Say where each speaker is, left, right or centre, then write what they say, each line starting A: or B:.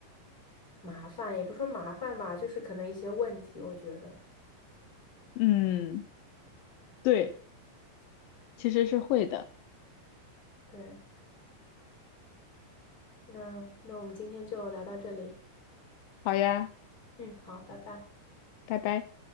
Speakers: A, on the left (about 20°); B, on the left (about 80°).
A: 麻烦，也不说麻烦吧，就是可能一些问题，我觉得。
B: 嗯，对，
A: 嗯，
B: 其实是会的。
A: 对。那那我们今天就聊到这里。
B: 好呀，
A: 嗯，好，拜拜。
B: 拜拜。